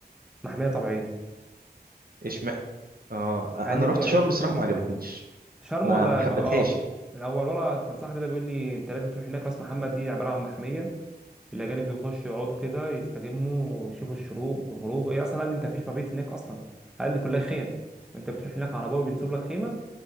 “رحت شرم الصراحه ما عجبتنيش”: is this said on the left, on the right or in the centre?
Right